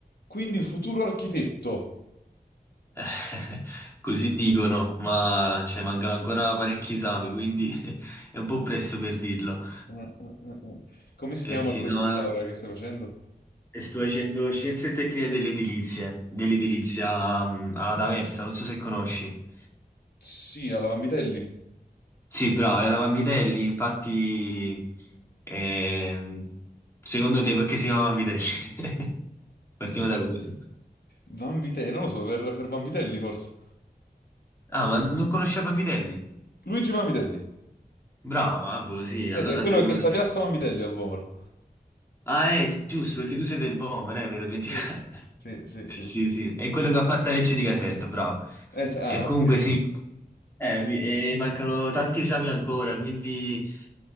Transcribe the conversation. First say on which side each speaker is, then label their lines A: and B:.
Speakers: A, on the left; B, on the left.
A: Quindi il futuro architetto.
B: <laughs> Così dicono, ma cioè, mancano ancora parecchi esami, quindi <laughs> è un po' presto per dirlo.
A: Mm, mm, mm. Come si
B: Eh
A: chiama
B: sì,
A: il corso
B: no,
A: di laurea che stai facendo?
B: eh, sto facendo scienze e tecniche dell'edilizia, dell'edilizia mm, ad Aversa, non so se conosci.
A: Sì, alla Vanvitelli.
B: Sì, bravo, è la Vanvitelli, infatti, ehm, secondo te perché si chiama Vanvitelli? <laughs> Partiamo da questo.
A: Vanvitelli, non lo so, per, per Vanvitelli forse.
B: Ah, ma non conosci la Vanvitelli?
A: Luigi Vanvitelli.
B: Bravo, ah, boh, sì,
A: Eh
B: allora
A: sì, è quello
B: sei uno
A: che sta
B: dei...
A: a Piazza Vanvitelli al Vomero.
B: Ah, è giusto, perché tu sei del Vomero, eh, mi ero dimenticato.
A: Sì,
B: <laughs>
A: sì, sì, sì,
B: Sì,
A: sì.
B: sì, è quello che ha fatto la legge di Caserta, bravo.
A: Eh, c- ah,
B: E
A: ok.
B: comunque sì, eh, mi eh, mancano tanti esami ancora, quindi